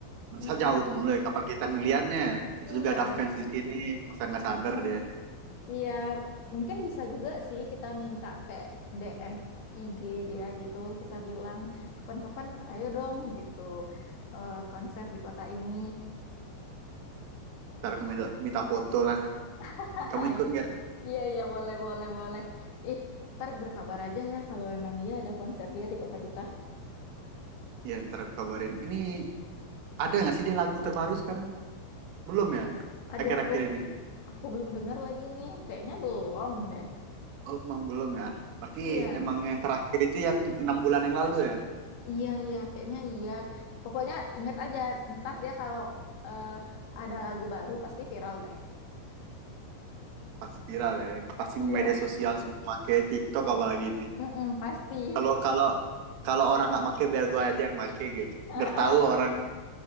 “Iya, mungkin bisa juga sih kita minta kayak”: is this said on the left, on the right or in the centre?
Left